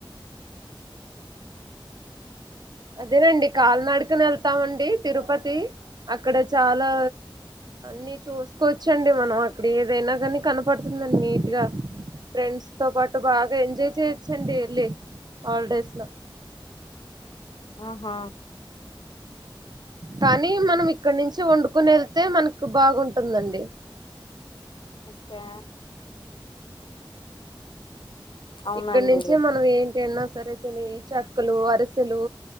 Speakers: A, on the right; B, on the left.
A: అదేనండి కాలనాడుకుని వెళ్తామండి తిరుపతి అక్కడ చాలా ని చూసుకోవచ్చండి మనం అక్కడ ఏదైనా కానీ కనపడుతుందండి నీట్ గా ఫ్రెండ్స్ తో పాటు బాగా ఎంజాయ్ చేయొచ్చండి వెళ్ళి హాలిడేస్ లో
B: ఆహా
A: కానీ మనం ఇక్కడ నుంచి వండుకుని వెళ్తే మనకు బాగుంటుందండి
B: ఓకే అవునండి
A: ఇక్కడ నుంచే మనం ఏంటి అన్నా సరే తిిన చెక్కలు అరిసెలు